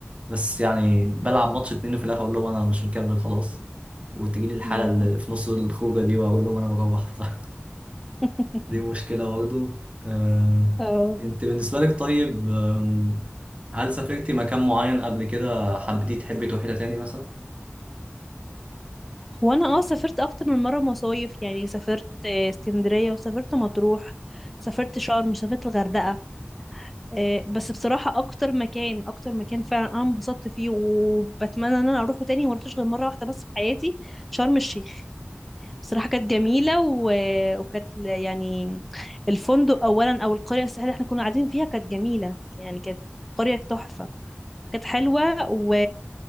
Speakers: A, on the right (about 30°); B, in the centre.
A: بس يعني بلعب ماتش اتنين وفي الآخر أقول لهم أنا مش مكمل خلاص وتجيلي الحالة
B: مم.
A: اللي في نص الخروجة دي وأقول لهم أنا بروح <laughs>
B: <laughs>
A: دي مشكلة برضه آم،
B: اه
A: أنت بالنسبة لك طيب آم، هل سافرتي مكان معين قبل كده حبيتي تحبي تروحي له تاني مثلا؟
B: هو انا اه سافرت اكتر من مره مصايف يعني سافرت آه، اسكندريه وسافرت مطروح سافرت شرم وسافرت الغردقه آه، بس بصراحة أكتر مكان أكتر مكان فعلا أنا انبسطت فيه وبتمنى إن أنا أروحه تاني وما رحتش غير مرة واحدة بس في حياتي شرم الشيخ بصراحة كانت جميلة و... وكانت ل- يعني الفندق أولا أو القرية الساحلية اللي احنا كنا قاعدين فيها كانت جميلة يعني كانت قرية تحفة كانت حلوة و...